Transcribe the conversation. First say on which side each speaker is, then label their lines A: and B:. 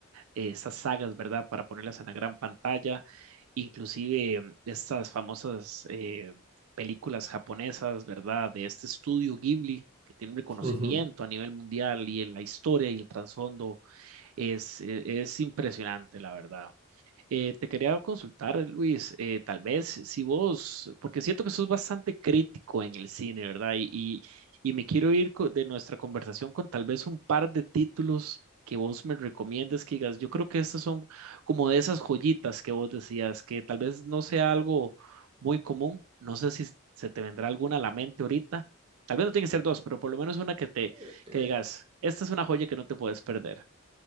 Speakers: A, on the right; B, on the right.
A: esas sagas, ¿verdad? Para ponerlas en la gran pantalla, inclusive mm, estas famosas eh, películas japonesas, ¿verdad? De este estudio Ghibli, que tiene un reconocimiento
B: Ujú, ujú.
A: a nivel mundial y en la historia y el trasfondo es, e- es impresionante, la verdad. Eh, te quería consultar, Luis, eh, tal vez si vos, porque siento que sos bastante crítico en el cine, ¿verdad? Y, y, y me quiero ir co- de nuestra conversación con tal vez un par de títulos que vos me recomiendes que digas, yo creo que estas son como de esas joyitas que vos decías, que tal vez no sea algo muy común, no sé si se te vendrá alguna a la mente ahorita, tal vez no tiene que ser dos, pero por lo menos una que te,
B: Eh,
A: que digas, esta es una joya que no te puedes perder.